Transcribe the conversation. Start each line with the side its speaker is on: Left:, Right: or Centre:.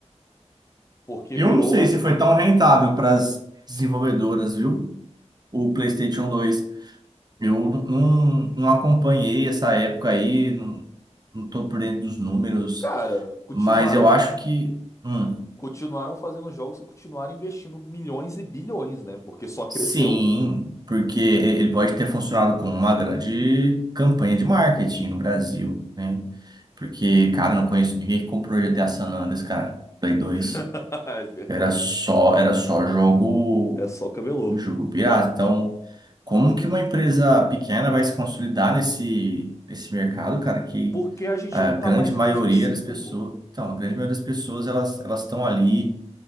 Left: Porque
Right: Eu
Left: virou,
Right: não sei se foi tão rentável para as desenvolvedoras, viu? O PlayStation dois, Eu não, não não acompanhei essa época aí, não, não tô por dentro dos números,
Left: cara, continuaram
Right: mas eu acho que, hum,
Left: continuaram fazendo jogos e continuaram investindo milhões e bilhões, né? Porque só cresceu.
Right: sim, porque ele ele pode ter funcionado como uma grande campanha de marketing no Brasil, né? Porque, cara, eu não conheço ninguém que comprou GTA San Andreas, cara. Play 2
Left: <laughs> É de verdade,
Right: era só,
Left: né?
Right: era só jogo,
Left: É só camelô.
Right: jogo pirata. Então, como que uma empresa pequena vai se consolidar nesse, nesse mercado, cara, que
Left: Porque a gente
Right: a
Left: não
Right: grande
Left: tá mais
Right: maioria
Left: em dois mil e cinco,
Right: das pessoas,
Left: pô.
Right: então, a grande maioria das pessoas, elas elas estão ali